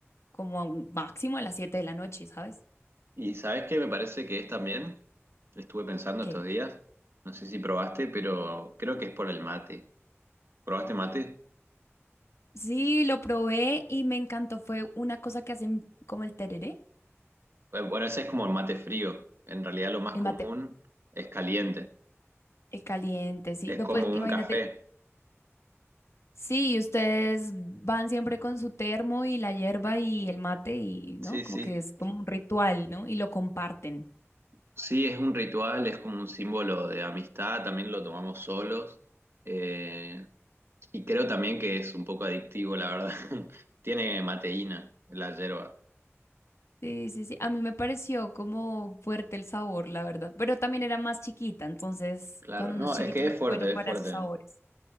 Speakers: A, on the left (about 65°); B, on the right (about 55°).
A: como a un máximo a las 7 de la noche, ¿sabes?
B: ¿Y sabes qué me parece que es también? Estuve pensando
A: ¿Qué?
B: estos días, no sé si probaste, pero creo que es por el mate. ¿Probaste mate?
A: Sí, lo probé y me encantó. Fue una cosa que hacen como el tereré,
B: Eh, Bueno, ese es como el mate frío. En realidad lo más
A: el
B: común
A: mate
B: es caliente.
A: el caliente, sí.
B: Es
A: No,
B: como
A: pues imagínate,
B: un café.
A: sí, ustedes van siempre con su termo y la hierba y el mate y, ¿no?
B: Sí,
A: Como
B: sí.
A: que es como un ritual, ¿no? Y lo comparten.
B: Sí, es un ritual, es como un símbolo de amistad. También lo tomamos solos. Eh, y creo también que es un poco adictivo, la verdad. <laughs> Tiene mateína la yerba.
A: Sí, sí, sí. A mí me pareció como fuerte el sabor, la verdad. Pero también era más chiquita, entonces
B: Claro,
A: cuando
B: no,
A: uno es chiquito
B: es que
A: no
B: es
A: es
B: fuerte,
A: bueno para
B: es fuerte.
A: sus sabores.